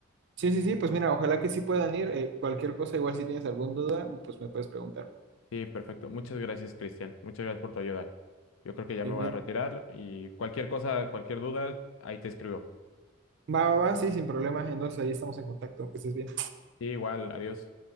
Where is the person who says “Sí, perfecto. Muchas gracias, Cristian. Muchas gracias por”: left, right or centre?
Left